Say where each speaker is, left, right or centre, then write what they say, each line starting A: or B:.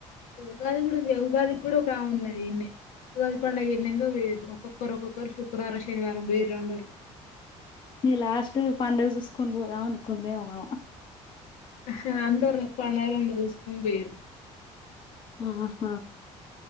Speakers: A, on the left (about 85°); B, on the left (about 40°).
A: ఉగాది కూడా ఉంది ఉగాది కూడా ఉన్నా ఎన్న ఉగాది పండుగ ఎన్నక వేరు ఒక్కొక్కరు ఒక్కొక్కరు శుక్రవారం శనివారం వేరు అందరు
B: న లాస్ట్ పండుగ చూసుకొని పోదాం అనుకుందే మే అ
A: హుహు అందరు పనొల్లను చూసుకొని పోయేది.
B: ఆహా క